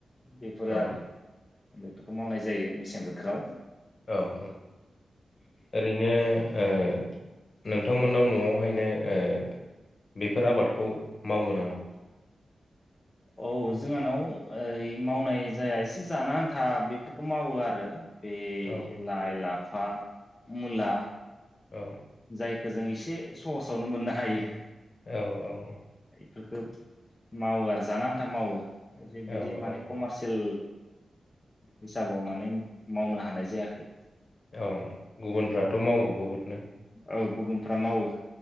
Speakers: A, on the left; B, on the left.
A: बेफोरो
B: औ
A: आरो बेफोरखौ मावनाय जायो। मेसें बोथोराव
B: औ औ ओरैनो ओ नोंथांमोननाव न'आवहायनो ओ बेफोर आबादखौ मावो नामा?
A: औ जोंहानाव ओरै मावनाय जाया एसे जानो आन्था बेफोरखौ मावो आरो बे
B: औ
A: लाय लाफा लाफा मुला
B: औ ‌।
A: जायखौ जों इसे सहसावनो मोननो हायो
B: औ औ।
A: फोरखौ मावो आरो जानो आन्था मावो। जे बिदि
B: औ
A: माने
B: औ
A: कमारसियेल हिसाबाव माने मावनो हानाय जायाखै।
B: औ औ गुबुनफ्राथ' मावो बहुदनो?
A: औ गुबुनफ्रा मावो